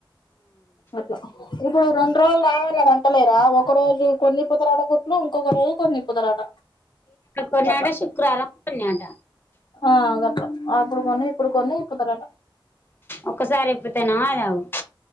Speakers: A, on the left (about 55°); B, on the left (about 25°).
A: అట్లా ఇపుడు రన్ ట్రోల్ తగలాలి కదా ట్టలేరా ఒక రోజు కొన్ని పుతరాడక్ కుట్లు ఇంకొకరోజు కొన్ని ఇప్పుతారట
B: కొన్నాడూ
A: అట్లా
B: శుక్రవారం కొన్నాడట
A: ఆ ఆ గట్ల అప్పుడు కొన్నయ్ ఇప్పుడు కొన్నయ్ ఇప్పుడుతరట
B: ఒకసారి ఎప్పుతనా అనవ్